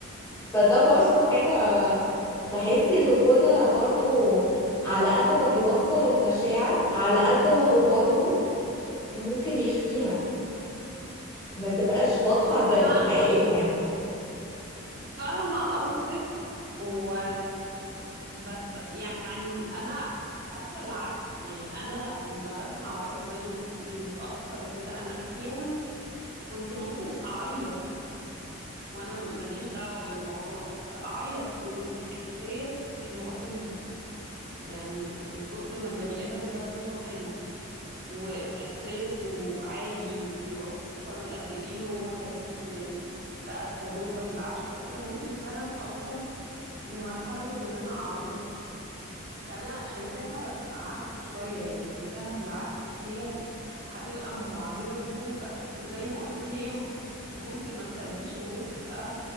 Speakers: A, on the left; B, on the right.
A: فده برضو حاجة تحسي الغنى برضو على قد ما بيوصل المشاعر على قد ما هو برضو ممكن يخفيها ما تبقاش واضحة زي
B: انا
A: حقيقتها يعني
B: فاهمه قصدك و بس يعني انا حاسه العكس يعني انا ما بسمع واحد زي ما بتقولي متاثر وكده انا احيانا كنت ممكن اعيط وانا ماليش دعوة بالموضوع بس اعيط من الاحساس اللي واصل لي يعني من كتر ما البني ادم ده صوته حلو واحساسه عالي وبيوصل قد ايه هو حزين من بقى التجربة اللي عاشها وكده ممكن فعلا اوصل لمرحلة ان انا اعيط فانا شايفاها عكسك شوية يعني شايفاها بالعكس هي هتبقى معبرة جدا بس زي ما قلتي هي ممكن ما تخليش الناس تبقى